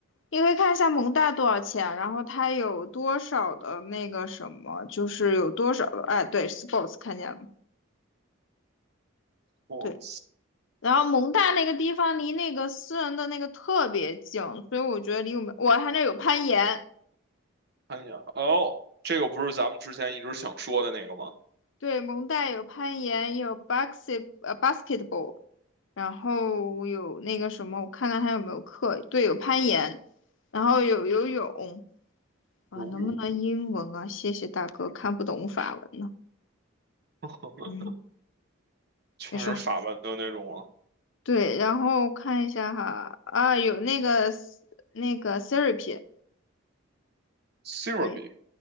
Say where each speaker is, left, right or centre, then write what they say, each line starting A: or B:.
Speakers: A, on the left; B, on the right.
A: 你可以看一下蒙大多少钱，然后它有多少的那个什么，就是有多少的，哎，对，sports 看见了，
B: 我
A: 对。然后蒙大那个地方离那个私人的那个特别近，所以我觉得离我们，我他那有攀岩，
B: 看一眼，哦，这个不是咱们之前一直想说的那个吗？
A: 对，蒙大有攀岩，有 basket 呃 basketball，然后有那个什么，我看看还有没有课。对，有攀岩，然后有游泳啊，
B: 游泳。
A: 能不能英文啊？谢谢大哥，看不懂法文呢。
B: <laughs>
A: 嗯，
B: 全是法文的那种啊
A: 没事儿。对，然后看一下哈，啊，有那个那个 therapy，
B: c e r
A: 对，
B: a b y